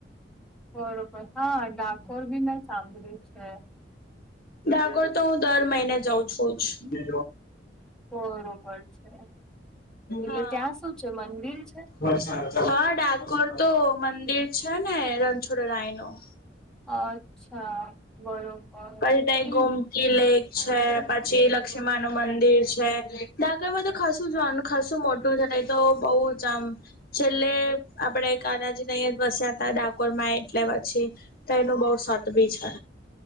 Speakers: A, in the centre; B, on the left.
A: બરોબર. હા ડાકોર બી મેં સાંભળ્યું છે.
B: ડાકોર તો હું દર મહિને જઉં છું જ.
A: બરોબર છે. એટલે
B: હા.
A: ત્યાં શું છે, મંદિર છે?
B: હા, ડાકોર તો મંદિર છે ને રણછોડરાય નું?
A: અચ્છા. બરોબર.
B: પછી ત્યે
A: કેવી
B: ગોમ તી લેક છે, પછી લક્ષ્મીમા નું મંદિર છે, ડાકોર માં તો ખાસું જોવાનું ખાસું મોટું છે, નહીં તો બહું જ આમ છેલ્લે આપડે કાનાજીને અહિયાં જ વસ્યા તા ડાકોર માં એટલે પછી. તો એનું બહું સત બી છે.